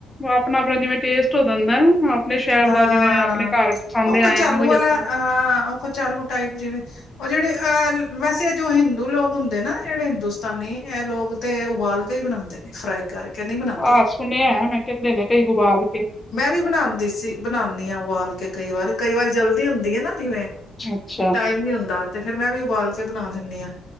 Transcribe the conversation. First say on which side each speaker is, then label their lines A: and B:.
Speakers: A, on the left; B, on the left.
A: ਆਪਣਾ-ਆਪਣਾ ਜਿਵੇਂ ਟੇਸਟ ਹੋ ਜਾਂਦਾ ਆਪਣੇ ਸ਼ਹਿਰ
B: ਹਾਂ।
A: ਦਾ ਜਿਵੇਂ ਆਪਣੇ ਘਰ ਖਾਂਦੇ
B: ਉਹ ਕਚਾਲੂ
A: ਆਏ ਆ ਉਹੀ
B: ਵਾਲਾ
A: ਅੱਛਾ
B: ਹਾਂ ਉਹ ਕਚਾਲੂ ਟਾਈਪ ਜਿਵੇਂ ਉਹ ਜਿਹੜੇ ਅਹ ਵੈਸੇ ਜੋ ਹਿੰਦੂ ਲੋਕ ਹੁੰਦੇ ਨਾ ਜਿਹੜੇ ਹਿੰਦੁਸਤਾਨੀ ਏ ਲੋਕ ਤੇ ਉਬਾਲ ਕੇ ਹੀ ਬਣਾਉਂਦੇ ਨੇ ਫਰਾਈ ਕਰਕੇ ਨਹੀਂ ਬਣਾਉਂਦੇ।
A: ਆਹ ਸੁਣਿਆ ਮੈਂ ਕਹਿੰਦੇ ਨੇ ਕਈ ਗੋਪਾਲ ਅੱਗੇ
B: ਮੈਂ ਵੀ ਬਣਾਉਂਦੀ ਸੀ ਬਣਾਉਂਦੀ ਹਾਂ ਉਬਾਲ ਕੇ ਕਈ ਵਾਰ ਕਈ ਵਾਰੀ ਜਲਦੀ ਹੁੰਦੀ ਹੈ ਨਾ ਜਿਵੇਂ
A: ਅੱਛਾ
B: ਟਾਈਮ ਨੀ ਹੁੰਦਾ ਤੇ ਫਿਰ ਮੈਂ ਵੀ ਉਬਾਲ ਕੇ ਬਣਾ ਲੈਂਦੀ ਹਾਂ